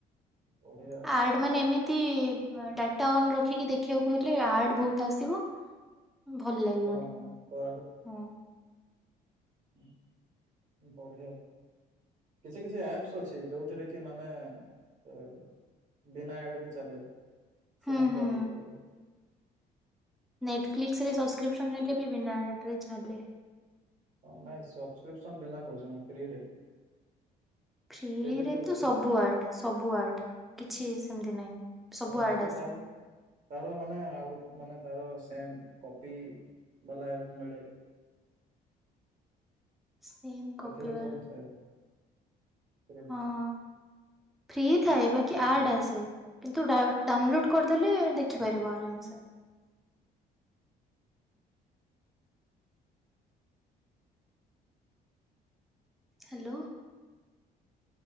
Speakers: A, on the right (about 45°); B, in the centre.
A: ବଢିଆ ଆଉ।
B: ଆଡ୍ ମାନେ ଏମିତି ଡାଟା ଅନ୍ ରଖିକି ଦେଖିବାକୁ ହେଲେ ଆଡ୍ ବହୁତ ଆସିବ। ଭଲ୍ ଲାଗିବନି
A: ହଁ ହଁ ତ
B: ହୁଁ।
A: ଉଁ ବଢିଆ କିଛି କିଛି ଆପ୍ସ ଅଛି ଯୋଉ ଥିରେକି ମାନେ ଏ ବିନା ଆଡ୍ ରେ ଚାଲେ। ସେମ୍
B: ହୁଁ ହୁଁ।
A: କ୍ୱାଲିଟି ରେ।
B: ନେଟଫ୍ଲିକ୍ସ ରେ ସବ୍ ସ୍କ୍ରିପସନ ନେଲେ ବି ବିନା ଆଡ୍ ରେ ଚାଲେ।
A: ହଁ ନାଇଁ ସବସ୍କ୍ରିପସନ୍ ବିନା କହୁଛି ମୁଁ ଫ୍ରିରେ।
B: ଫ୍ରି
A: ଫ୍ରିରେ
B: ରେ
A: ବି ଅଛି
B: ତ ସବୁ ଆଡ୍ ସବୁ ଆଡ୍। କିଛି ସେମିତି ନାହିଁ ସବୁ
A: ହଁ
B: ଆଡ୍
A: ଯେ
B: ଆସିବ।
A: ତାର ତାର ମାନେ ଆଉ ମାନେ ତାର ସେମ୍ କପି ବାଲା ଏ ମିଳେ।
B: ସେମ୍
A: ସେଥିରେ
B: କପି ବାଲା।
A: ସବୁ <unintelligible>
B: ହଁ ଫ୍ରି ଥାଏ ବାକି ଆଡ୍ ଆସେ। କିନ୍ତୁ ଡାଉ ଡାଉନଲୋଡ କରିଦେଲେ ଦେଖିପାରିବ ଆରାମସେ। ହାଲୋ।